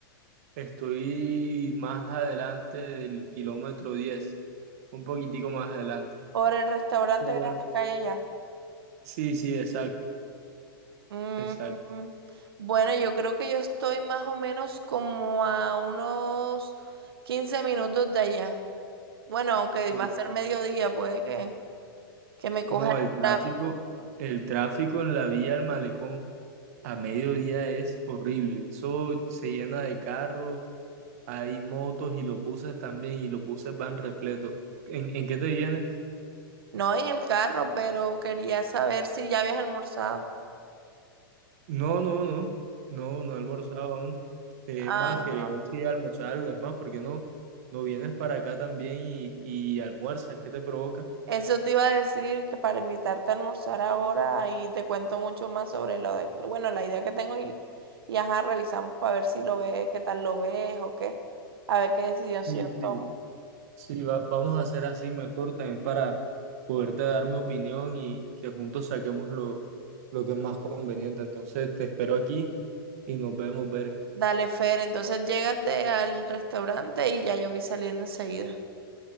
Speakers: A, on the right; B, on the right.
A: Estoy más adelante del kilómetro diez un poquitico más adelante.
B: Por el restaurante
A: Pero-
B: grande que hay allá.
A: Sí, sí, exacto,
B: Mm,
A: exacto.
B: bueno, yo creo que yo estoy más o menos como a unos 15 minutos de allá. Bueno, aunque
A: Oh,
B: va a ser mediodía, puede que, que me coja
A: No,
B: el
A: el tráfico,
B: tráfico.
A: el tráfico en la vía al Malecón a mediodía es horrible. Eso se llena de carros, hay motos y los buses también, y los buses van repletos. ¿En, en qué te vienes?
B: No en el carro, pero quería saber si ya habías almorzado.
A: No, no, no, no, no he almorzado aún. Eh,
B: Ajá.
A: Es más, quería ver si almorzaba algo, es más, porque no, no vienes para acá también y, y almuerzas? ¿Qué te provoca?
B: Eso te iba a decir que para invitarte a almorzar ahora y te cuento mucho más sobre lo de, bueno, la idea que tengo y, y ajá, revisamos para ver si lo ves, qué tal lo ves o qué, a ver qué decisión
A: Sí, sí.
B: tomo.
A: Sí, va- vamos a hacer así mejor también para poderte dar mi opinión y, y que juntos saquemos lo, lo que es más conveniente. Entonces, te espero aquí y nos vemos, Bere.
B: Dale, Fer, entonces llégate al restaurante y ya yo voy saliendo enseguida.